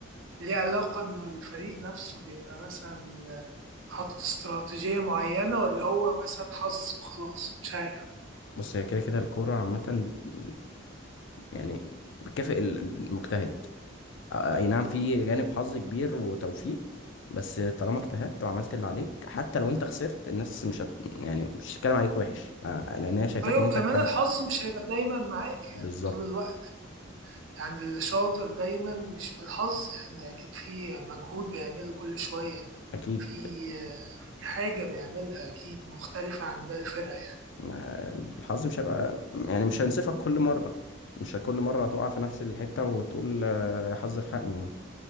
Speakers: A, on the right; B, on the left.
A: ليه علاقة إن الفريق نفسه بيبقى مثلا آه، حاطط استراتيجية معينة ولا هو مثلا حظ وخلاص مش عارف
B: بص هي كده كده الكورة عامة بت... يعني بتكافئ ال- ال- المجتهد أي نعم في جانب حظ كبير وتوفيق بس طالما اجتهدت وعملت اللي عليك حتى لو انت خسرت الناس مش هت... يعني مش هتتكلم عليك وحش آه، لأن هي شايفاك
A: ايوه
B: ان انت
A: كمان
B: اجتهدت
A: الحظ مش هيبقى دايما معاك
B: بالظبط
A: يعني طول الوقت يعني اللي شاطر دايما مش بالحظ يعني اكيد في مجهود بيعمله كل شوية
B: أكيد
A: في في حاجة بيعملها اكيد مختلفة عن باقي الفرقة يعني
B: آه، الحظ مش هيبقى يعني مش هينصفك كل مرة مش كل مرة هتقع في نفس الحتة وتقول آه، يا حظ الحقني يعني